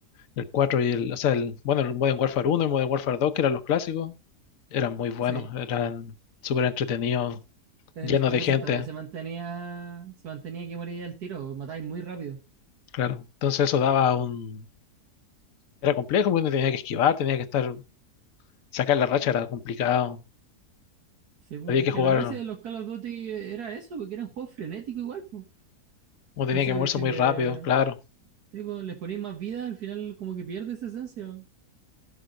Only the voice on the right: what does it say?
Sí.
En,
en
eso
todavía se mantenía, se mantenía que moría el tiro, pues, matáis muy rápido.
Sí, po.
Es
que la gracia de los Call of Duty era eso, porque eran juegos frenéticos igual, po.
Entonces,
si
le,
sí, po, les ponéis más vida, al final como que pierde esa esencia.